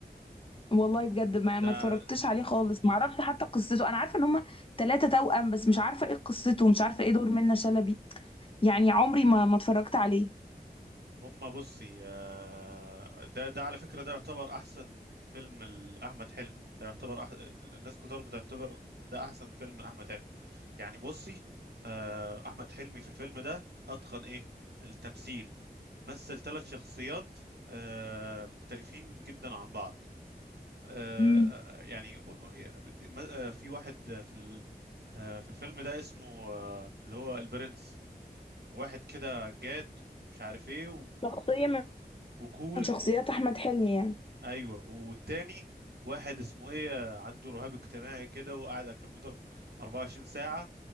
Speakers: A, on the left (about 35°); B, on the right (about 85°).
A: والله بجد ما
B: ده
A: ما اتفرجتش عليه خالص ما اعرفش حتى قصته انا عارفه ان هما ثلاثه توأم بس مش عارفه ايه قصته ومش عارفه ايه دور منة شلبي يعني عمري ما ما اتفرجت عليه
B: هما بصي آه ده ده على فكرة ده يعتبر أحسن فيلم لأحمد حلمي ده يعتبر أح... الناس كتار بتعتبر ده أحسن فيلم لأحمد حلمي يعني بصي آه أحمد حلمي في الفيلم ده أتقن إيه التمثيل مثل ثلاث شخصيات آه مختلفين جدا عن بعض آه
A: امم
B: آه، يعني ب- ب- آه، في واحد في آه، في الفيلم ده اسمه آه، اللي هو البرنس واحد كده جاد مش عارف ايه و...
A: شخصية
B: و... وكول
A: من شخصيات
B: و...
A: احمد حلمي يعني
B: ايوه والتاني واحد اسمه ايه آه، عنده رهاب اجتماعي كده وقاعد على الكمبيوتر 24 ساعة